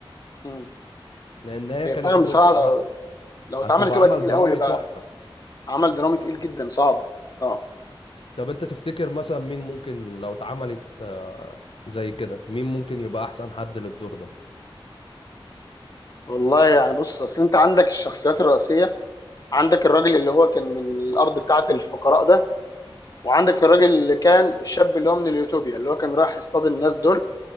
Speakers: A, on the left (about 40°); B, on the left (about 70°).
A: امم
B: لان هي
A: هي
B: كانت
A: فعلا
B: هتبقى
A: بصراحه
B: ه-
A: لو اتعمل
B: هتبقى
A: تبقى
B: عمل
A: تقيل
B: درامي
A: قوي هيبقى
B: تحفه
A: عمل درامي تقيل جدا صعب اه
B: طب انت تفتكر مثلا مين ممكن لو اتعملت آه، زي كده مين ممكن يبقى احسن حد للدور ده
A: والله يعني بص اصل انت عندك الشخصيات الرئيسيه عندك الراجل اللي هو كان من الارض بتاعه الفقراء ده وعندك الراجل اللي كان الشاب اللي هو من اليوتوبيا اللي هو كان رايح يصطاد الناس دول